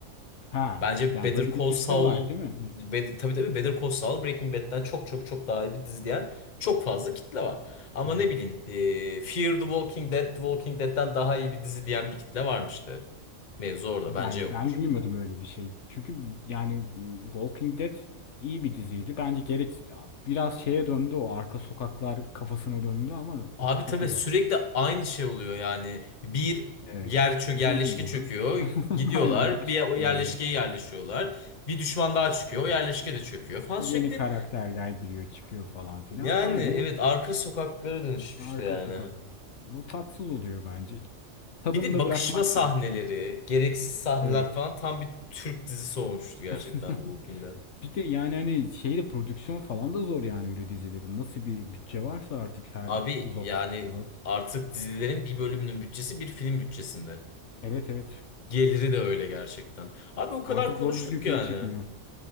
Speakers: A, on the left (about 75°); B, on the left (about 40°).
A: Ha,
B: Bence
A: yani
B: Better
A: böyle
B: Call
A: bir kitle
B: Saul
A: var değil mi?
B: Bed-
A: Evet.
B: tabii tabii Better Call Saul Breaking Bad'den çok çok çok daha iyi bir dizi diyen çok fazla kitle var. Ama
A: Evet.
B: ne bileyim e, Fear the Walking Dead, The Walking Dead'den daha iyi bir dizi diyen bir kitle varmıştı. Mevzu orada
A: Ben,
B: bence yoktur.
A: ben duymadım öyle bir şey. Çünkü yani m, Walking Dead iyi bir diziydi. Bence gerek biraz şeye döndü o arka sokaklar kafasına döndü ama
B: Abi
A: o çok
B: tabii
A: uzattı.
B: sürekli aynı şey oluyor yani. Bir
A: Evet.
B: yer çö yerleşke
A: Zombi diyor.
B: çöküyor.
A: <laughs>
B: Gidiyorlar
A: Aynen başka
B: bir o yerleşkeye
A: bir yerli.
B: yerleşiyorlar. Bir düşman daha çıkıyor. O yerleşke de çöküyor falan
A: Yeni
B: sürekli.
A: karakterler giriyor çıkıyor falan filan.
B: Yani
A: Aynı
B: evet arka sokaklara dönüşmüştü
A: arka
B: yani.
A: sokaklar. O tatsız oluyor bence. Tadını
B: Bir de
A: da
B: bakışma
A: bırakmak
B: sahneleri,
A: gerekiyor.
B: gereksiz sahneler
A: Evet.
B: falan tam bir Türk dizisi olmuştu gerçekten
A: <laughs>
B: The Walking Dead.
A: Bir de yani hani şeyde prodüksiyon falan da zor yani öyle dizilerin. Nasıl bir bütçe varsa artık her
B: Abi
A: uzat
B: yani
A: uzat.
B: artık dizilerin bir bölümünün bütçesi bir film bütçesinde.
A: Evet evet.
B: Geliri de öyle gerçekten. Abi o kadar
A: Artık
B: konuştuk
A: doğru düzgün film
B: yani.
A: çıkmıyor.